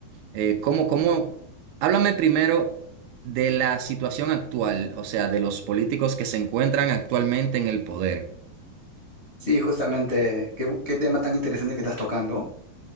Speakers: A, on the right; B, on the left.
A: Eh, ¿cómo, cómo? Háblame primero de la situación actual, o sea, de los políticos que se encuentran actualmente en el poder.
B: Sí, justamente, ¿qué, qué tema tan interesante que estás tocando?